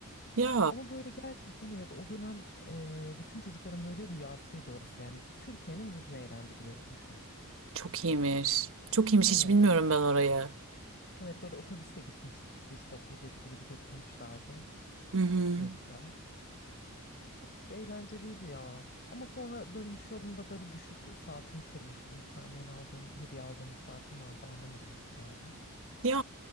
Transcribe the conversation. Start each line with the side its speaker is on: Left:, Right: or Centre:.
Right: Ya
Left: Ama böyle gerçekten evet o dönem e, bütün çocukların böyle rüyasıydı orası yani. Türkiye'nin Disneyland'i gibi düşün.
Right: çok iyiymiş. Çok iyiymiş.
Left: Evet.
Right: Hiç bilmiyorum ben orayı.
Left: Evet böyle otobüste gitmiştik biz işte okul gezisi gibi götürmüşlerdi
Right: Hı hı.
Left: sınıfça. Çok eğlenceliydi ya. Ama sonra dönüş yolunda böyle düşüp saatimi kırmıştım. Bir tane yeni aldığım, hediye aldığım bir saatim vardı. Annem almıştı galiba.
Right: Ya